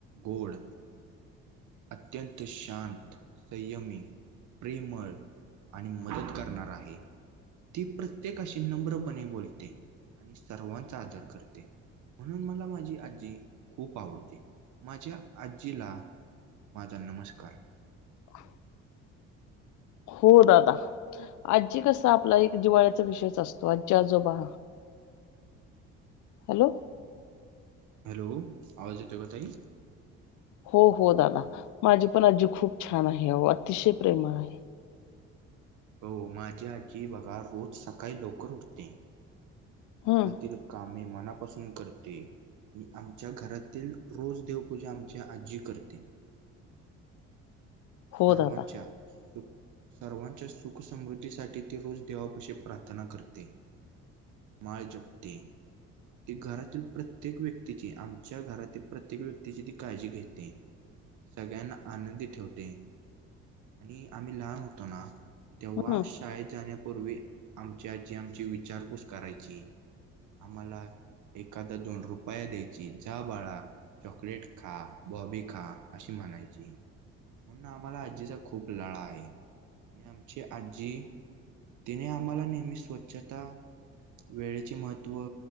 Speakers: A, on the right; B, on the left.
A: गोड अत्यंत शांत, संयमी, प्रेमळ आणि मदत करणारा आहे. ती प्रत्येकाशी नम्रपणे बोलते आणि सर्वांचा आदर करते. म्हणून मला माझी आजी खूप आवडते माझ्या आजीला माझा नमस्कार
B: अं हो दादा आजी कस आपल्याला एक जिव्हाळ्याचा विषयच असतो आजी- आजोबा हॅलो
A: हॅलो आवाज येतो का ताई?
B: हो- हो दादा माझी पण आजी खूप छान आहे., अतिशय प्रेमळ आहे.
A: हो माझी आजी बघा रोज सकाळी लवकर उठते घरातील
B: हम्म
A: कामे मनापासून करते. आणि आमच्या घरातील रोज देवपूजा आमची आजी करते. सर्वांच्या
B: हो दादा
A: <inaudible> दुख सर्वांच्या सुख, समृद्धीसाठी ते रोज देवापाशी प्रार्थना करते. माय जपते. ती घरातील प्रत्येक व्यक्तीची, आमच्या घरातील प्रत्येक व्यक्तीची ती काळजी घेते. सगळ्यांना आनंदी ठेवते. <inaudible> आणि आम्ही लहान होतो ना तेव्हा
B: हम्म
A: शाळेत जाण्यापूर्वी आमचु आजी आमची विचारपूस करायची. आम्हाला एखादा दोन रुपया द्यायची जा बाळा. चॉकलेट खा बॉबी खा अशी म्हणायची. म्हणून आम्हाला आजीचा खूप लळा आहे. आणि आमची आजी तिने आम्हाला नेहमी स्वच्छता, वेळेचे महत्त्व